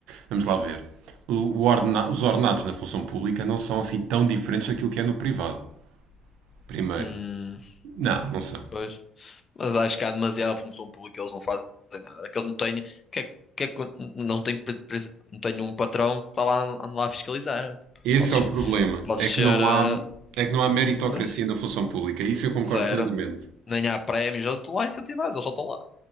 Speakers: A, on the right; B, on the left.
A: vamos lá ver. O- o ordena- os ordenados
B: que,
A: na função pública não são assim tão diferentes daquilo que é no privado. Primeiro.
B: hum,
A: Não, não são.
B: pois. Mas acho que há demasiada função pública, eles não fazem nada. Que eles não têm, que é- que é que- não têm, pre- pre- não têm um patrão que está lá, anda lá a fiscalizar. Tipo,
A: Esse
B: podes,
A: é o problema.
B: podes
A: É
B: ser,
A: que não
B: eh,
A: há, é que não há meritocracia
B: pois,
A: na função pública. Isso eu concordo
B: zero.
A: plenamente.
B: Nem há prémios, eu estou lá incentivados, eles só estão lá